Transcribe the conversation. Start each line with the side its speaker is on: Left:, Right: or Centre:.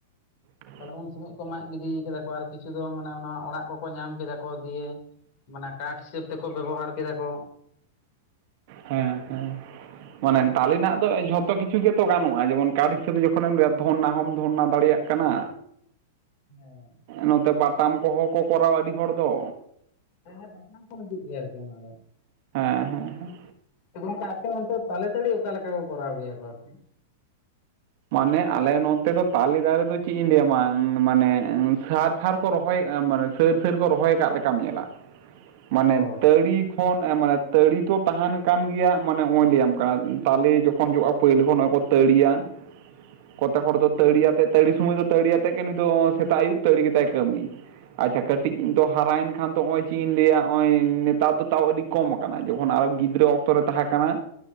Right: ᱦᱮᱸ <inaudible>
Left: ᱛᱟᱦᱚᱞᱮ ᱩᱱ ᱥᱚᱢᱚᱭ ᱠᱚ ᱢᱟᱜ ᱜᱤᱰᱤ ᱠᱮᱫᱟ ᱠᱚ ᱟᱨ ᱠᱤᱪᱷᱩ ᱫᱚ ᱢᱟᱱᱮ ᱚᱱᱟ ᱚᱲᱟᱜ ᱠᱚᱠᱚ ᱧᱟᱢ ᱠᱮᱫᱟ ᱠᱚ ᱫᱤᱭᱮ ᱢᱟᱱᱮ ᱠᱟᱴ ᱦᱤᱥᱟᱹᱵ ᱛᱮᱠᱚ ᱵᱮᱵᱚᱦᱟᱨ ᱠᱮᱫᱟ ᱠᱚ
Right: ᱦᱮᱸ ᱦᱮᱸ ᱢᱟᱱᱮ ᱛᱟᱞᱮᱱᱟᱜ ᱫᱚ ᱡᱷᱚ ᱡᱚᱛᱚ ᱠᱤᱪᱷᱩ ᱜᱮᱛᱚ ᱜᱟᱱᱚᱜ-ᱟ ᱡᱮᱢᱚᱱ ᱠᱟᱴ ᱦᱤᱥᱟᱹᱵ ᱛᱮ ᱡᱚᱠᱷᱚᱱᱮᱢ ᱫᱷᱚᱨᱱᱟ ᱦᱚᱢ ᱫᱷᱚᱨᱱᱟ ᱫᱟᱲᱮᱭᱟᱜ ᱠᱟᱱᱟ
Left: ᱦᱮᱸ
Right: ᱱᱚᱛᱮ ᱵᱟᱛᱟᱢ ᱠᱚᱦᱚ ᱠᱚ ᱠᱚᱨᱟᱣᱟ ᱟᱹᱰᱤ ᱦᱚᱲ ᱫᱚ
Left: ᱦᱮᱸ ᱦᱮᱸ ᱵᱟᱴᱟᱢ ᱠᱚ ᱞᱟᱜᱤᱫ ᱜᱮ ᱟᱨᱠᱤ ᱚᱱᱟᱫᱚ
Right: ᱦᱮᱸ ᱦᱮᱸ ᱦᱮᱸ
Left: ᱜᱚᱝᱠᱮ ᱟᱯᱮ ᱚᱱᱛᱮ ᱛᱟᱞᱮᱛᱟᱹᱲᱤ ᱚᱠᱟ ᱞᱮᱠᱟ ᱠᱚ ᱠᱚᱨᱟᱣ ᱜᱮᱭᱟ ᱠᱚ ᱟᱨᱠᱤ
Right: ᱢᱟᱱᱮ ᱟᱞᱮ ᱱᱚᱛᱮ ᱫᱚ ᱛᱟᱞᱮ ᱫᱟᱨᱮ ᱫᱚ ᱪᱮᱫ ᱤᱧ ᱞᱟᱹᱭᱟᱢᱟ ᱢᱟᱱᱮ ᱥᱟᱛ ᱛᱷᱟᱠ ᱠᱚ ᱨᱚᱦᱚᱭ ᱮᱜ-ᱟ ᱢᱟᱱᱮ ᱥᱟᱹᱨ ᱥᱟᱹᱨ ᱠᱚ ᱨᱚᱦᱚᱭ ᱟᱠᱟᱜ ᱞᱮᱠᱟᱢ ᱧᱮᱞᱟ ᱢᱟᱱᱮ
Left: ᱚ
Right: ᱛᱟᱲᱤ ᱠᱷᱚᱱ ᱢᱟᱱᱮ ᱛᱟᱹᱲᱤ ᱛᱚ ᱛᱟᱦᱮᱱ ᱠᱟᱱ ᱜᱮᱭᱟ ᱢᱟᱱᱮ ᱱᱚᱜ-ᱚᱭ ᱞᱟᱹᱭᱟᱢ ᱠᱟᱱᱟ ᱛᱟᱞᱮ ᱡᱚᱠᱷᱚᱱ ᱡᱚᱜ-ᱟ ᱯᱳᱭᱞᱳ ᱠᱷᱚᱱ ᱛᱟᱹᱲᱤᱭᱟ
Left: ᱦᱮᱸ
Right: ᱠᱚᱛᱮᱠ ᱦᱚᱲ ᱫᱚ ᱛᱟᱹᱲᱤ ᱟᱛᱮᱫ ᱛᱟᱹᱲᱤ ᱥᱚᱢᱚᱭ ᱫᱚ ᱛᱟᱹᱲᱤ ᱟᱛᱮᱫ ᱜᱮ ᱱᱩᱭ ᱫᱚ ᱥᱮᱛᱟᱜ ᱟᱹᱭᱩᱵ ᱛᱟᱹᱲᱤ ᱜᱮᱛᱟᱭ ᱠᱟᱹᱢᱤ ᱟᱪᱪᱷᱟ
Left: ᱦᱮᱸ
Right: ᱠᱟᱹᱴᱤᱡ ᱫᱚᱦ ᱦᱟᱨᱟᱭᱮᱱ ᱠᱷᱟᱱ ᱛᱚ ᱱᱚᱜ-ᱚᱭ ᱪᱮᱫ ᱤᱧ ᱞᱟᱹᱭᱟ ᱱᱚᱜ-ᱚᱭ ᱱᱮᱛᱟᱨ ᱫᱚ ᱛᱟᱣ ᱟᱹᱰᱤ ᱠᱚᱢ ᱟᱠᱟᱱᱟ ᱡᱚᱠᱷᱚᱱ ᱟᱨᱚ ᱜᱤᱫᱽᱨᱟᱹ ᱚᱠᱛᱚ ᱛᱚ ᱨᱮ ᱛᱟᱦᱮᱸ ᱠᱟᱱᱟ